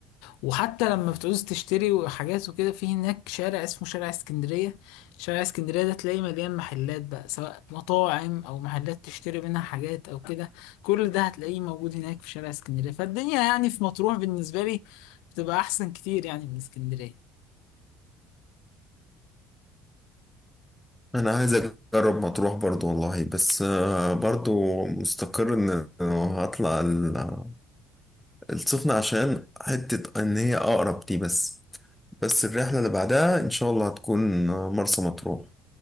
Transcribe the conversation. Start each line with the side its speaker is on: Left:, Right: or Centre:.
Left: وحتى لما بتعوز تشتري حاجات وكده في هناك شارع اسمه شارع اسكندرية شارع اسكندرية ده تلاقيه مليان محلات بقى سواء مطاعم أو محلات تشتري منها حاجات أو كده كل ده هتلاقيه موجود هناك في شارع اسكندرية فالدنيا يعني في مطروح بالنسبة لي بتبقى أحسن كتير يعني من اسكندرية
Centre: أنا عايز أجرب مطروح برضو والله بس آه، برضو مستقر إن آه، هطلع ال- السخنة عشان حتة إن هي أقرب دي بس بس الرحلة اللي بعدها إن شاء الله هتكون آه، مرسى مطروح